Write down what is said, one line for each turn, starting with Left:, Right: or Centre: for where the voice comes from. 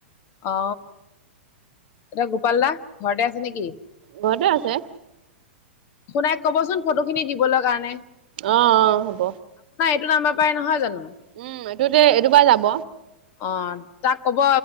Left: অ এয়া গোপাল দা ঘৰতে আছে নেকি
Right: ঘৰতে আছে
Left: শুনাইক কবচোন ফটো খিনি দিবলৈ কাৰণে
Right: অ অহ হ'ব
Left: নাম্ব পাই নহয় জানো
Right: উম এইটোতে এইটোপাই যাব
Left: অ তাক কব